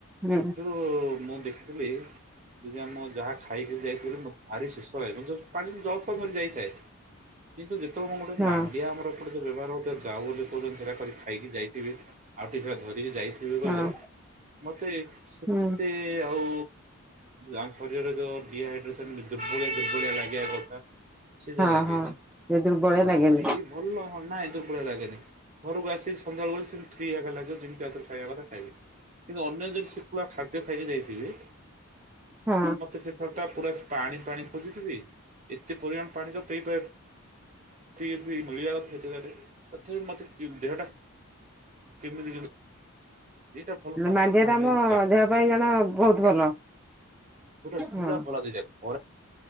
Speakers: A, in the centre; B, on the right.
A: ହୁଁ
B: ସେଥିରୁ। ମୁଁ ଦେଖିଥିଲି। ଯଦି ଆମ ଯାହା ଖାଇକି ଯାଇଥିଲି ମତେ ଭାରି ଶୋଷ ଲାଗେ ପାଣି ଜଳଫର ଧରିକି ଯାଇଥାଏ। କିନ୍ତୁ ଯେତେବେଳେ ଗୋଟେ
A: ହଁ
B: ମାଣ୍ଡିଆ ଆମର ଏପଟେ ଯୋ ବ୍ୟବହାର ହଉଥିବା ଯାଉ ବୋଲି କହୁଛନ୍ତି। ସେଟା କରି ଖାଇକି ଯାଇଥିବି ଆଉ ଟିକେ ସେ ଧରିକି ଯାଇଥିବି। ଯିବି ଗଲେ
A: ହଁ
B: ମତେ ସେତେ
A: ହୁଁ
B: ଆଉ। ଆମ ଶରୀରରେ ଯୋଉ ଡିହାଇଡ୍ରେସନ ଦୁର୍ବଳିଆ, ଦୁର୍ବଳିଆ ଲାଗିବା କଥା ସେଟା
A: ହଁ
B: ଲାଗେନି।
A: ହଁ। ଏ ଦୁର୍ବଳିଆ
B: ହଁ
A: ଲାଗେନି
B: ଏଇ ଭଲ ନାଇଁ ଏ ଦୁର୍ବଳିଆ ଲାଗେନି ଘରକୁ ଆସି। ସେ ସନ୍ଧ୍ୟାବେଳୁ ସେ ଫ୍ରି ହେବା ଲାଗିବ ଯେମିତି ଆଉଥରେ ଖାଇବା କଥା ଖାଇବେ କିନ୍ତୁ ଅନ୍ୟ ଯଦି ଶୁକୁଆ ଫା। ଅଧିକ ଖାଇକି ଯାଇଥିବି
A: ହଁ
B: ମ। ତ ସେପଟ ଟା ପୁରା ସ୍ପା ପାଣି, ପାଣି ପୁରିଥିବି ଏତେ ପରିମାଣ ପାଣି ତ ପେଇ ପା। ଫି, ଫି ମିଳିବା କେତେ ସେରେ ସେଥି ମତେ ଦେହଟା କେମିତି, କେମିତି। ସେଇଟା ଭଲ କାମ
A: ମାଣ୍ଡିଆ
B: କରୁଥିଲା
A: ଟା
B: ଆମେ
A: ଆମ
B: ଯା
A: ଦେହ ପାଇଁ ଜଣ ବହୁତ
B: ଯାଉଟା।
A: ଭଲ
B: ଗୋଟା ପୁରା
A: ହଁ।
B: ଭଲ ଦେଇଯାଏ ଖରା।